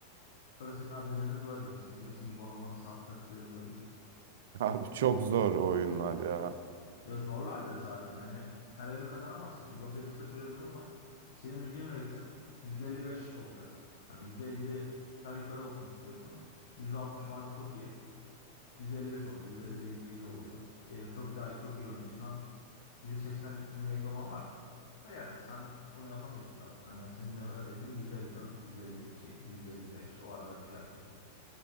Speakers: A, on the left; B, on the right.
A: Sonra senin ADC'ne dua edeceksin. Diyeceksin ki bu adam ona sağ tıka tıklayabiliyordur.
B: <laughs> Abi çok zor oyunlar ya.
A: Ya zorlardır zaten. Hani her oyunu kazanamazsın. League of Legends'da şöyle bir durum var. Senin win rate'in %55 olacak. Hani %50'den yukarı olsun istiyorsun. %60 falan çok iyi. 155 oluyor. 157 oluyor. Diyelim çok daha çok iyi oyuncuysan 180 win rate olan var. Da Yani sen onu yapamıyorsun zaten. Hani senin hedefin 154, 152, 155. O arada bir şey yapmaya çalış.